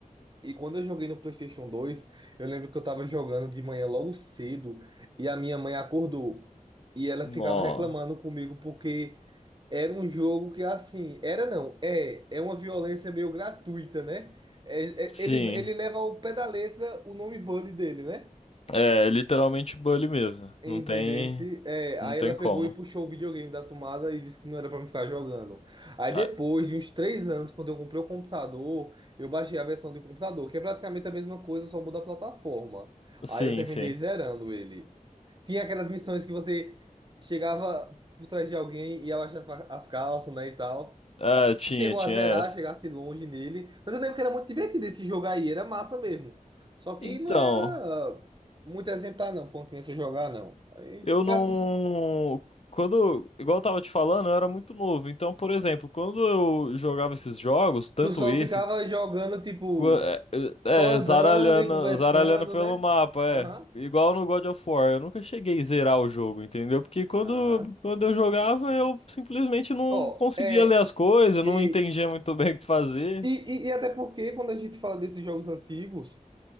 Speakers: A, on the right; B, on the left.
A: E quando eu joguei no PlayStation 2, eu lembro que eu tava jogando de manhã logo cedo e a minha mãe acordou. E ela
B: Nó.
A: ficava reclamando comigo porque era um jogo que, assim, era não, é, é uma violência meio gratuita, né? É-
B: Sim.
A: é- ele, ele leva ao pé da letra o nome Bully dele, né?
B: É, literalmente bully mesmo.
A: Entendesse?
B: Não tem.
A: É, aí
B: Não tem
A: ela pegou
B: como.
A: e puxou o videogame da tomada e disse que não era pra me ficar jogando. Aí depois
B: Ah,
A: de uns três anos, quando eu comprei o computador, eu baixei a versão do computador, que é praticamente a mesma coisa, só muda a plataforma.
B: sim,
A: Aí eu terminei
B: sim.
A: zerando ele. Tinha aquelas missões que você chegava por trás de alguém e abaixava as calças, né, e tal.
B: Ah, tinha,
A: Chegou
B: tinha
A: a zerar,
B: essa.
A: chegasse longe nele. Mas eu lembro que era muito divertido esse jogo aí, era massa mesmo. Só que
B: Então,
A: não era ah, muito exemplar, não, pra uma criança jogar, não. Aí,
B: eu
A: né,
B: não.
A: tu,
B: Quando, igual eu tava te falando, eu era muito novo. Então, por exemplo, quando eu jogava esses jogos, tanto
A: tu só
B: esse
A: ficava jogando, tipo,
B: Gu- É,
A: só
B: é,
A: andando
B: é, zaralhando,
A: e conversando,
B: zaralhando pelo
A: né?
B: mapa, é.
A: Aham,
B: Igual no God of War, eu nunca cheguei a zerar o jogo, entendeu? Porque quando,
A: aham.
B: quando eu jogava, eu simplesmente não
A: Ó,
B: conseguia
A: é.
B: ler as coisas,
A: E,
B: não entendia muito bem o que fazer.
A: e, e e até porque quando a gente fala desses jogos antigos,